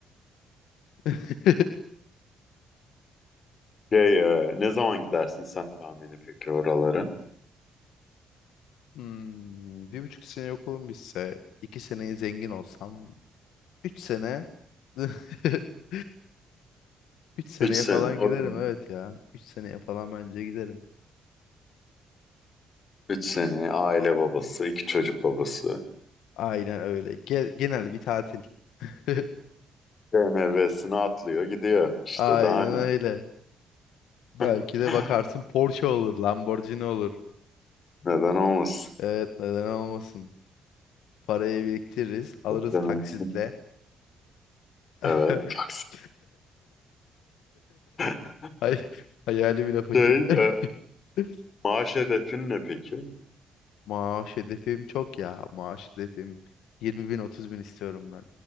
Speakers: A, on the left; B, on the left.
A: <laughs>
B: Şey, e, ne zaman gidersin sen tahmini peki oralara?
A: Hmm, bir buçuk sene okulum bitse, iki seneye zengin olsam, üç sene, <laughs> üç seneye
B: Üç sene,
A: falan
B: okey.
A: giderim evet ya. Üç seneye falan bence giderim.
B: Üç sene, aile babası, iki çocuk babası.
A: Aynen öyle. Ge- genel bir tatil. <laughs>
B: B M BMW'sini atlıyor gidiyor. İşte
A: Aynen
B: daha ne?
A: öyle. Belki
B: <laughs>
A: de bakarsın Porsche olur, Lamborghini olur.
B: Neden olmasın?
A: Evet, neden olmasın? Parayı biriktiririz, alırız
B: Beklemeyin.
A: taksitle. <laughs>
B: Evet. Taksi. <laughs>
A: Ay, hayali bile fakir.
B: Şey,
A: <laughs>
B: e, maaş hedefin ne peki?
A: Maaş hedefim çok ya. Maaş hedefim 20 bin 30 bin istiyorum ben.